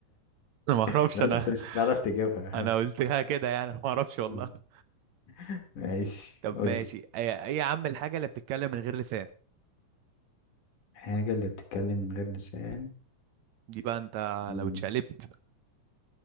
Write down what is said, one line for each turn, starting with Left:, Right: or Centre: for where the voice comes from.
Right: <laughs> انا ما اعرفش
Left: <laughs> انا
Right: انا
Left: قلت انت مش هتعرف تجيبها
Right: انا قلتها كده يعني ما اعرفش والله
Left: <laughs> ماشي
Right: طب
Left: قولي
Right: ماشي ايه إيه يا عم الحاجة اللي بتتكلم من غير لسان
Left: حاجة اللي بتتكلم من غير لسان
Right: دي بقى انت
Left: مم.
Right: لو اتشقلبت